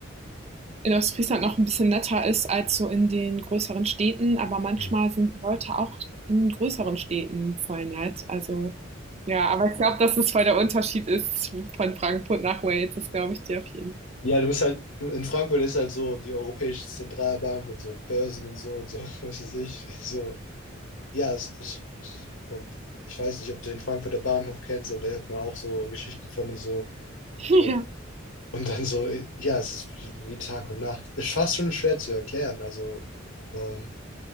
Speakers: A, on the right; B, on the left.
A: in Ostfriesland noch ein bisschen netter ist als so in den größeren Städten, aber manchmal
B: hm.
A: sind die Leute auch in größeren Städten voll nett. Also ja, aber ich glaube, dass es voll der Unterschied ist von Frankfurt nach Wales, das glaube ich dir auf jeden
B: Ja, du bist halt, du- in Frankfurt ist halt so die Europäische Zentralbank und so Börsen und so und so, <laughs> was weiß ich. So, ja, es ist, und ich weiß nicht, ob du den Frankfurter Bahnhof kennst, aber da hört man auch so Geschichten von und so.
A: Fall.
B: Und,
A: <laughs> Ja.
B: und dann so, ja, es ist wie Tag und Nacht. Ist fast schon schwer zu erklären. Also, ähm,